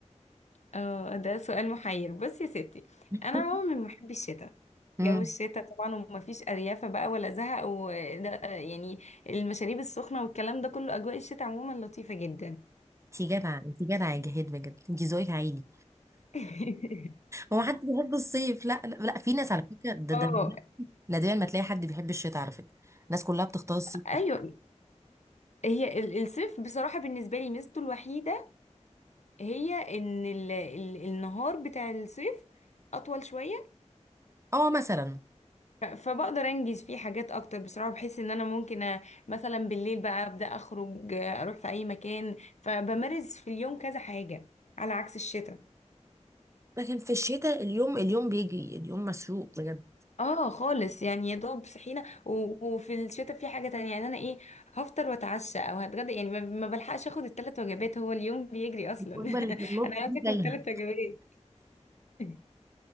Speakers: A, on the left (about 70°); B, on the right (about 25°).
A: اه ده سؤال محير بصي يا ستي
B: <laughs>
A: انا عموما من محبي الشتاء
B: امم
A: جو الشتاء طبعا ومفيش اريافه بقى ولا زهق وده يعني المشاريب السخنه والكلام ده كله اجواء الشتاء عموما لطيفه جدا
B: انتي جدعة انتي جدعة يا جهاد بجد انتي ذوقك عالي
A: <laughs>
B: هو حد بيحب الصيف لا لا, لا في ناس على فكرة ده
A: اه
B: ده نادرا ما تلاقي حد بيحب الشتاء على فكرة الناس كلها بتختار الصيف
A: ايوه هي ال- الصيف بصراحه بالنسبه لي ميزته الوحيده هي ان ال ال النهار بتاع الصيف اطول شويه
B: اه مثلا
A: ف- فبقدر انجز فيه حاجات اكتر بصراحه بحس ان انا ممكن أ- مثلا بالليل بقى ابدا اخرج آه، اروح في اي مكان فبمارس في اليوم كذا حاجه على عكس الشتاء
B: لكن في الشتاء اليوم اليوم بيجري اليوم مسروق بجد
A: اه خالص يعني يا دوب صحينا و- وفي الشتاء في حاجه تانية يعني انا ايه هفطر واتعشى او هتغدى يعني ما ما بلحقش اخد الثلاث وجبات هو اليوم بيجري اصلا
B: الوجبة
A: <laughs>
B: اللي في النص
A: انا عايزه
B: دي
A: اكل
B: تايهة
A: الثلاث وجبات <laughs>